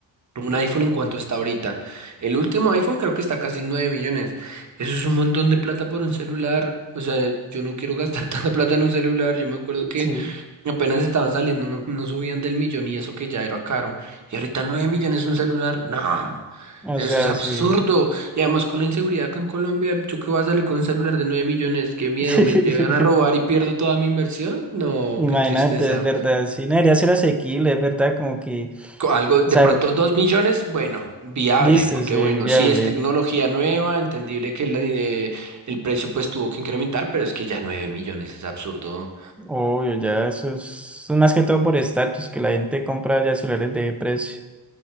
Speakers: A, on the right (about 45°); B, in the centre.
A: Un iPhone en cuanto está ahorita. El último iPhone creo que está casi 9 millones. Eso es un montón de plata por un celular. O sea, yo no quiero gastar <laughs> tanta plata en un celular. Yo me acuerdo que
B: sí,
A: apenas estaban saliendo, no, no subían del millón y eso que ya era caro. Y ahorita 9 millones un celular. No,
B: o
A: eso
B: sea,
A: es absurdo.
B: sí.
A: Y además con la inseguridad acá en Colombia, ¿yo qué voy a salir con un celular de 9 millones? Qué miedo,
B: <laughs>
A: me llegan a robar y pierdo toda mi inversión. No,
B: Imagínate,
A: qué tristeza.
B: es verdad, sí, no debería ser asequible, es verdad, como que,
A: co- Algo de
B: o sea,
A: pronto dos millones, bueno, viable,
B: listo,
A: porque
B: sí,
A: bueno,
B: viable,
A: sí es tecnología nueva, entendible que la- eh, el precio pues tuvo que incrementar, pero es que ya nueve millones es absurdo,
B: obvio, ya eso es, es más que todo por estatus, que la gente compra ya celulares de precio,